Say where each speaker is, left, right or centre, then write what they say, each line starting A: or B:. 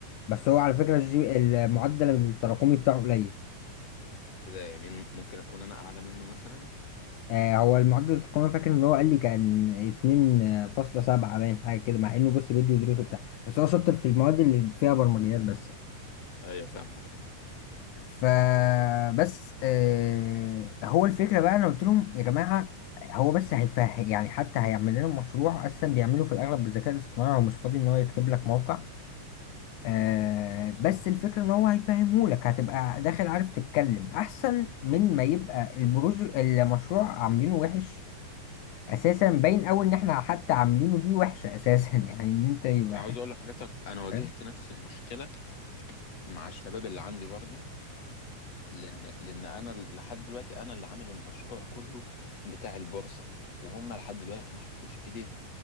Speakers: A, on the left; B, on the left.
A: بس هو على فكرة الجي المعدل التراكمي بتاعه قليل
B: كده يعني ممكن اكون انا اعلى منه مثلا
A: آه هو المعدل التراكمي فاكر ان هو قال لي كان 2.7 باين حاجة كده مع انه بص بيدي دروسه بتاع بس هو شاطر في المواد اللي فيها برمجيات بس
B: ايوه فاهم حضرتك
A: فبس آه هو الفكرة بقى أنا قلت لهم يا جماعة هو بس هيفهم يعني حتى هيعمل لنا مشروع أصلا بيعمله في الأغلب بالذكاء الاصطناعي ومش فاضي إن هو يكتب لك موقع آه بس الفكرة إن هو هيفهمه لك هتبقى داخل عارف تتكلم أحسن من ما يبقى البروج المشروع عاملينه وحش أساسا باين أوي إن إحنا حتى عاملينه دي وحشة أساسا <laughs> يعني إن أنت يبقى
B: انا عاوز اقول لحضرتك انا واجهت
A: فاهم؟
B: نفس المشكلة مع الشباب اللي عندي برضه لان لان انا لحد دلوقتي انا اللي عامل المشروع كله بتاع البورصه وهم لحد دلوقتي ما حطوش ايديهم